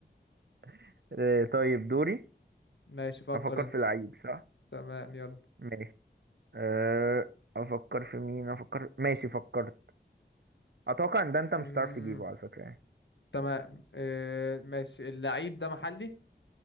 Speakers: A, on the right; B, on the left.
A: <laughs> آه طيب دوري
B: ماشي فكر
A: أفكر
B: انت
A: في لعيب صح
B: تمام يلا
A: ماشي آه أفكر في مين أفكر ماشي فكرت أتوقع إن ده أنت
B: مم.
A: مش هتعرف تجيبه على فكرة يعني
B: تمام اه ماشي اللعيب ده محلي